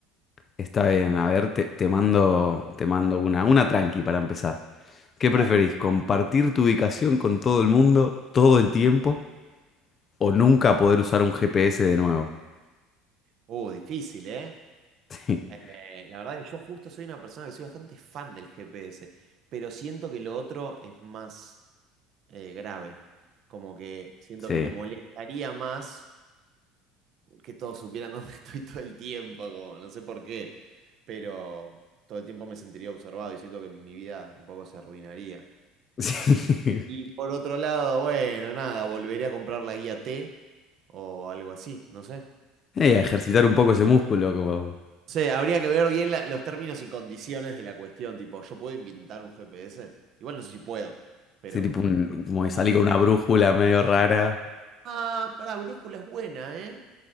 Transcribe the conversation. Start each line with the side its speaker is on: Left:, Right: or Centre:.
Left: está bien, a ver, te, te mando, te mando una, una tranqui para empezar. ¿Qué preferís?
Right: Dale.
Left: ¿Compartir tu ubicación con todo el mundo todo el tiempo? o nunca poder usar un GPS de nuevo.
Right: Uh, difícil, ¿eh?
Left: <laughs>
Right: Eh, la verdad que yo justo soy una persona que soy bastante fan del GPS, pero siento que lo otro es más eh, grave. Como que siento
Left: Sí.
Right: que me molestaría más que todos supieran dónde <laughs> estoy todo el tiempo, como no sé por qué, pero todo el tiempo me sentiría observado y siento que mi vida un poco se arruinaría.
Left: Sí.
Right: Y
Left: <laughs>
Right: por otro lado, bueno, nada, volveré a comprar la guía T o algo así, no sé.
Left: Y ejercitar un poco ese músculo, como,
Right: No sé, habría que ver bien la- los términos y condiciones de la cuestión, tipo, ¿yo puedo inventar un GPS? Igual no sé si puedo, pero
Left: sí, tipo un- como salí
Right: válido.
Left: con una brújula medio rara.
Right: Ah, pará, brújula es buena, ¿eh?